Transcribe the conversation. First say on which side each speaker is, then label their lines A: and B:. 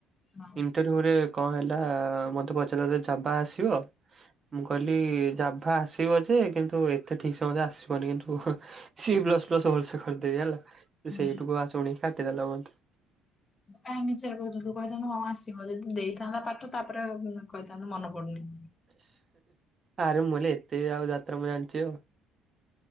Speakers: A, on the left; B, on the right.
A: ହଁ
B: ଇଣ୍ଟରଭି୍ୟୁରେ କଣ ହେଲା ମତେ ପଚାରିଲ ଜାବା ଆସିବ ମୁଁ କହିଲି ଜାଭା ଆସିବ ଯେ କିନ୍ତୁ ଏତେ ଠିକ୍ ସେ ମୋତେ ତ ଆସିବନି କିନ୍ତୁ ସି ପ୍ଲସ୍ ପ୍ଲସ୍ ଭଲସେ କରିଦେବି ହେଲା
A: ହୁଁ
B: ସେଇଟୁକୁ ଆ ଶୁଣିକି କାଟିଦେଲା ମତେ।
A: କାଇଁ ମିଛେରେ ର କହୁଥିଲୁ ତୁ କହିଥାନ୍ତୁ ହଁ ଆସିଚି ବୋଲି ଦେଇଥାନ୍ତା ପାଠ ତାପରେ କହିଥାନ୍ତୁ ମନ ପଡୁନି।
B: ଆରେ ମୁଁ କହଲି ଏତେ ଆଉ ଯାତ୍ରା ମୁଁ ଜାଣିଛି ଆଉ।